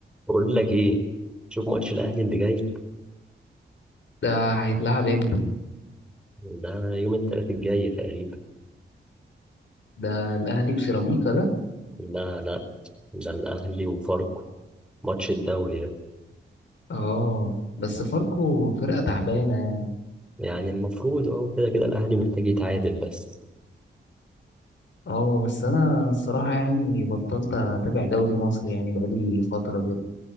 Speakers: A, in the centre; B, on the left.
A: بقول لك ايه شوف ماتش الاهلي اللي جاي
B: ده هيتلعب امتى
A: ده يوم الثلاث الجاي تقريبا
B: ده الاهلي وسيراميكا ده
A: لا لا ده الاهلي وفاركو ماتش الدوري ده
B: اه بس فاركو فرقة تعبانة يعني
A: يعني المفروض اهو كده كده الاهلي محتاج يتعادل بس
B: اه بس انا الصراحة يعني بطلت اتابع دوري مصر يعني بقالي فترة كده